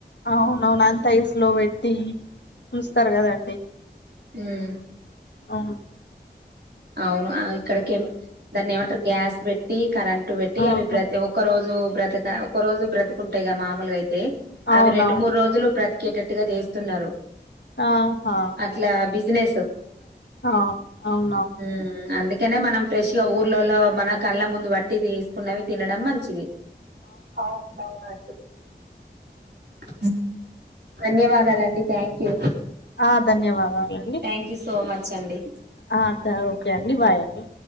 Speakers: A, on the left; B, on the right.
A: అవునవును అంతైస్ లో వేట్టి ఉన్స్తర్ కదండి
B: ఉమ్
A: అవును
B: అవును ఆ ఇక్కడ కేమి దాన్ని ఏమంటరు గ్యాస్ వేట్టి కరెంట్ ట్టు వేట్టి
A: ఆహా
B: అవి ప్రత్ ఒ ఒక్క రోజు బ్రతక ఒక రోజు బ్రతుకుంటాయిగ మామలుగా అయిత్ తే అవి
A: అవునవును
B: రెండు మూడు రోజులు బ్రతికేటట్టుగా చేస్తున్నారు
A: ఆహా
B: అట్లా బిజినెసు
A: ఆ అవునవును
B: ఉమ్ అందుకనే మనం ఫ్రెష్గా ఊర్లలో మన కళ్ళ ముందు వట్టి తీసుకున్నవి తినడం మంచిది అవునవునండి ఉమ్ ధన్యవాదాలండి థ్యాంక్ యూ
A: ఆ ధన్యవాదాలాండి
B: థ్యాంక్ యూ సో మచ్ అండి
A: ఆ తౌ క్యాండి బై అండి